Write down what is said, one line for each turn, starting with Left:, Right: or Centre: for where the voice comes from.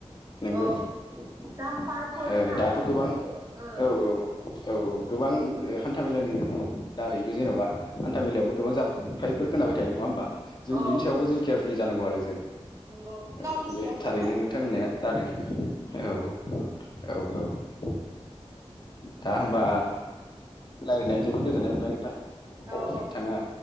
Left: नंगौ
Right: औ दामफारफोर
Left: ओ
Right: जोंहा
Left: दाथ' गोबां
Right: फैयो ओ
Left: औ औ। औ गोबां हान्था मेलानि दारैबो जेन'बा हान्था मेलायावबो गोबां जाफाय खोनाबाय थायो नङा होमबा जों
Right: औ
Left: बिनि सायावबो जों केयारफुलि जानांगौ आरो जों।
Right: नंगौ
Left: औ
Right: गावनि सायाव
Left: बे
Right: थायो
Left: थारैनो
Right: आरो
Left: नोंथां
Right: बेफोरो
Left: होननाया जादों औ। औ औ।
Right: उ
Left: दा होमबा रायज्लायानो जोबोद गोजोननाय मोनबाय नोंथां।
Right: औ
Left: नोंथाङा
Right: औ नंगौ